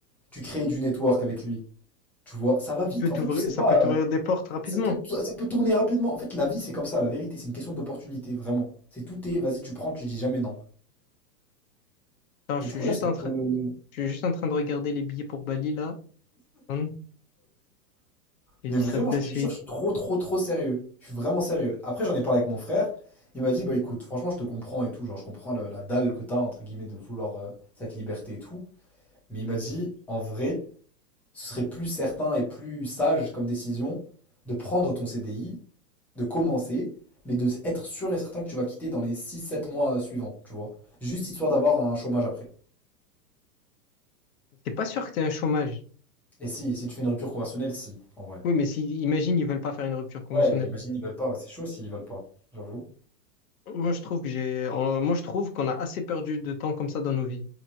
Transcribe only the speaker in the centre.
tu crées du network avec lui, tu vois. Ça va
vite.
En fait, tu sais
pas,
euh,
ça peut, ça peut tourner rapidement. En fait, la vie c'est comme ça, la vérité, c'est une question d'opportunité, vraiment. C'est tout est, vas-y, tu prends, tu dis jamais non.
Et
du
coup,
là, ça
peut.
Mais
vraiment,
je te
jure, je suis trop, trop, trop sérieux. Je suis vraiment sérieux. Après, j'en ai parlé avec mon frère. Il m'a dit, bah écoute, franchement, je te comprends et tout. Genre, je comprends le- la dalle que t'as, entre guillemets, de vouloir euh, cette liberté et tout. Mais il m'a dit, en vrai, ce serait plus certain et plus sage comme décision de prendre ton CDI, de commencer, mais de être sûr et certain que tu vas quitter dans les six, sept mois euh, suivants, tu vois. Juste histoire d'avoir un chômage après.
Et si, si tu fais une rupture conventionnelle, si, en vrai.
Ouais, imagine, ils veulent pas. Ouais, c'est chaud s'ils veulent pas, j'avoue.